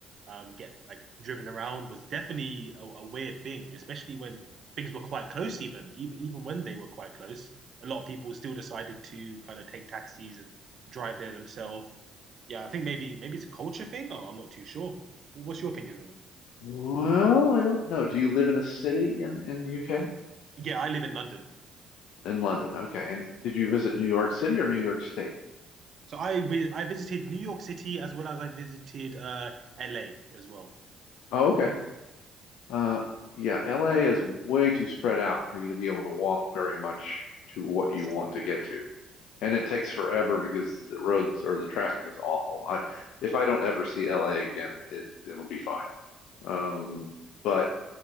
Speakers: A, on the right; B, on the left.
A: um, get like driven around was definitely a, a weird thing, especially when things were quite close. Even even even when they were quite close, a lot of people still decided to kind of take taxis and drive there themselves. Yeah, I think maybe maybe it's a culture thing, or I'm not too sure. What's your opinions on that?
B: Well, I don't know. Do you live in a city in in the U.K.?
A: Yeah, I live in London,
B: In London. Okay. And did you visit New York City or New York State?
A: so I vi- I visited New York City as well as I visited uh LA as well.
B: Oh, okay. Uh, yeah, L.A. is way too spread out for you to be able to walk very much to what you
A: I see.
B: want to get to. And it takes forever because the roads or the traffic is awful. I, if I don't ever see L.A. again, it it'll be fine. Um, but